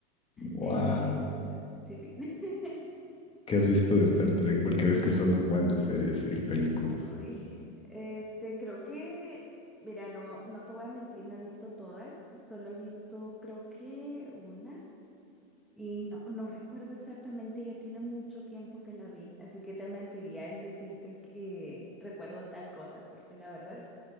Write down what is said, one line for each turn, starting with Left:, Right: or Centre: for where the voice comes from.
Left: Guau.
Centre: Eh, sí, sí. <laughs>
Left: ¿Qué has visto de Star Trek? Porque ves que son un buen de series y películas.
Centre: Ay, este, creo que, mira, no, no te voy a mentir, no he visto todas, solo he visto, creo que una, y no, no recuerdo exactamente, ya tiene mucho tiempo que la vi, así que te mentiría en decirte que recuerdo tal cosa, porque la verdad,